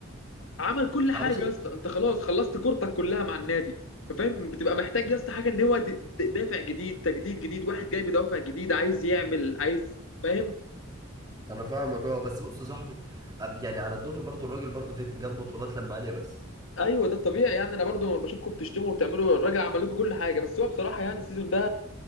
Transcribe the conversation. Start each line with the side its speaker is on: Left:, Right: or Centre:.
Left: عمل كل حاجه
Right: علشان
Left: يا اسطى انت خلاص خلصت كورتك كلها مع النادي فاهم بتبقى محتاج يا اسطى حاجه ان هو ت- دافع جديد تجديد جديد واحد جاي بدافع جديد عايز يعمل عايز فاهم
Right: انا فاهمك اه بس بص يا صاحبي أب- يعني على الدغري برضو الراجل برضو فاهمني جاب بطولات لما عاليه بس
Left: ايوه ده الطبيعي يعني انا برضو لما بشوفكم بتشتموا وبتعملوا الراجل عمل لكم كل حاجه بس هو بصراحه يعني السيزون ده